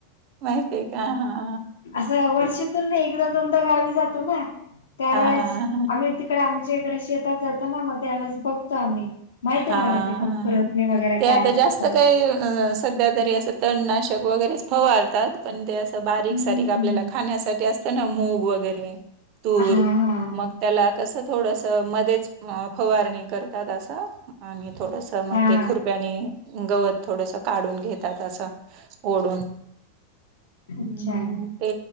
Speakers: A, on the right (about 40°); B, on the left (about 65°).
A: माहितीये का? हां.
B: आसं वर्षातून एकदा दोनदा गावी जातो ना त्यावेेळेस
A: हा हा
B: आम्ही तिकडे आमच्या इकडे शेतात जातो ना मग त्यावेळेस बघतो आम्ही. माहिती
A: हा,
B: आहे
A: हा,
B: मला ते पण खुरपणी
A: हा
B: वगैरे
A: ते आता
B: काय
A: जास्त
B: असतं
A: काही असं सध्यातरी असं तणनाशक वगैरेच फवारतात. पण ते असं बारीक
B: हम्म
A: सारीक आपल्याला
B: हम्म
A: खाण्यासाठी अस तं ना मूग वगैरे तूर
B: हा हा
A: मग तेला कसं थोडस मध्येच अ फवारणी करतात असं आणि थोडस तं मग
B: हा
A: ते खुरप्यानी गवत थोडस काढून घेतात आसं. ओढून अं,
B: अच्छा
A: ते